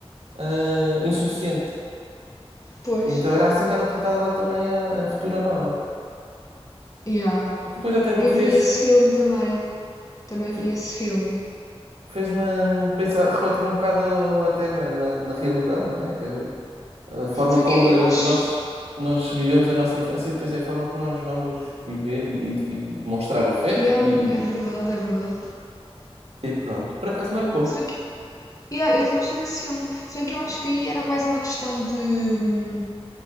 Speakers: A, on the right; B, on the left.
A: ah, insuficiente.
B: Pois.
A: E Então era assim que ela tratava também a, a futura nora.
B: Yeah.
A: É que depois até me
B: Eu vi
A: fez,
B: esse filme também. Também
A: fe-
B: vi esse filme.
A: fez-me pensar, refletir um bocado até na, na, na realidade, não é? Que A forma
B: Se bem
A: como
B: que eu,
A: eh,
B: eu acho.
A: nós, nós vivemos a nossa infância e depois é a forma que nós vamos viver e, e, e demonstrar afeto
B: Yeah,
A: e,
B: é verdade,
A: e,
B: é verdade.
A: e pronto. Por acaso marcou-me.
B: Se bem que. Yeah, eu também gostei desse filme. Se bem que eu acho que aí era mais uma questão de. hum,